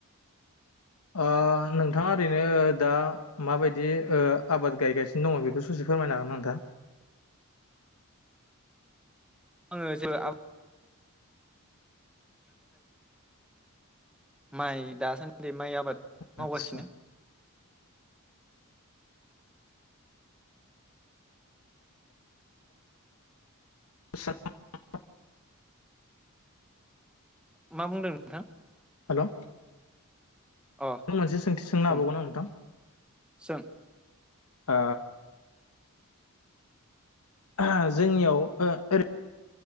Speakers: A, on the left; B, in the centre.
A: ओ नोंथाङा ओरैनो दा माबायदि ओ आबाद गायगासिनो दङ बेखौ ससे फोरमायनो हागोन नोंथां
B: आङो जेबो <unintelligible> <unintelligible> माइ दासान्दि माइ आब आबाद मावगासिनो
A: आदसा <unintelligible>
B: मा बुंदों नोंथां?
A: हेलौ
B: अ
A: नों मोनसे सोंथि सोंनो
B: बुं
A: हाबावगोना नोंथां
B: सों
A: ओ ओ जोंनियाव ओ ओरै